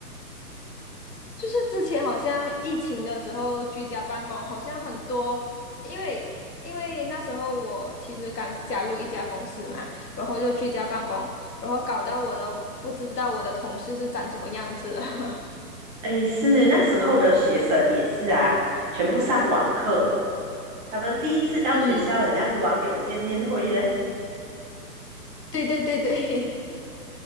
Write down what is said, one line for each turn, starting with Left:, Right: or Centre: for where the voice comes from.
Left: 就是之前好像疫情的时候居家办公，好像很多，因为因为那时候我其实刚加入一家公司嘛，然后就居家办公，然后搞到我都不知道我的同事是长什么样子。<laughs>
Right: 诶，是那时候的学生也是啊，全部上网课，他们第一次到学校，
Left: 嗯，
Right: 很像网友见面会的。
Left: 对对对对，